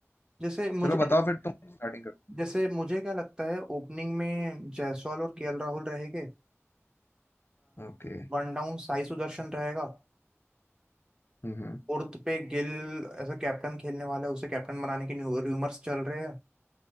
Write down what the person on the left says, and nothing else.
चलो बताओ फिर तुम स्टार्टिंग करो
ओके
हम्म हम्म,